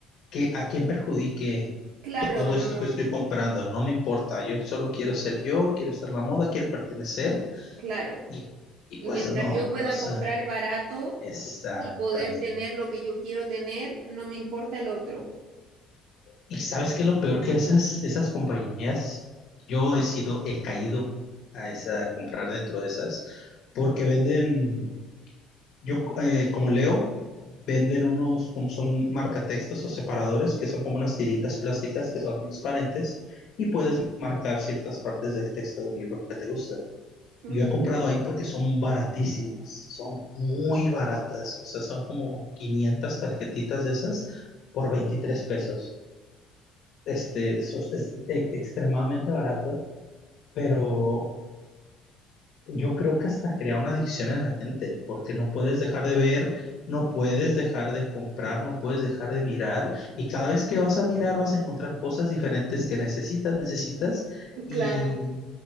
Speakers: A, on the left; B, on the right.
A: que a quién perjudique
B: Claro,
A: todo
B: no,
A: esto que estoy comprando, no me importa, yo solo quiero ser yo, quiero estar a la moda, quiero pertenecer,
B: claro.
A: y, y
B: Y
A: pues
B: mientras
A: no,
B: yo pueda
A: o sea,
B: comprar barato
A: exactamente.
B: y poder tener lo que yo quiero tener, no me importa el otro.
A: Y sabes qué es lo peor que esas, esas compañías, yo he sido, he caído a esa, a comprar dentro de esas, porque venden, yo eh, como leo, venden unos, como son marcatextos o separadores, que son como unas tiritas plásticas que son
B: Ujú,
A: transparentes y puedes marcar ciertas partes del texto de un libro que te gusta.
B: ujú,
A: Yo he comprado ahí porque son baratísimas, son muy baratas, o sea, son como 500 tarjetitas de esas por 23 pesos este, eso es, es e- extremadamente barato, pero yo creo que hasta crea una adicción en la gente, porque no puedes dejar de ver, no puedes dejar de comprar, no puedes dejar de mirar, y cada vez que vas a mirar vas a encontrar cosas diferentes que necesitas, necesitas,
B: ujú,
A: y,
B: Claro.